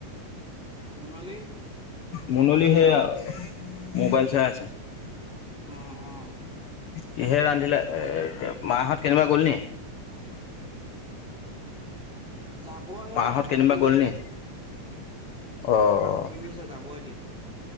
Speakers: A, in the centre; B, on the left.
A: মুনলী।
B: মুনলী সেয়া মোবাইল চাই আছে।
A: অ অ।
B: কিহে ৰান্ধিলে, এ মাহত কেনিবা
A: এই
B: গ'ল নি?
A: যাবহে
B: মাহঁত
A: কাপু
B: কেনিবা
A: পিন্ধিছে।
B: গ'ল নি? অ'
A: কাপু পিন্ধিছে যাব এতিয়া।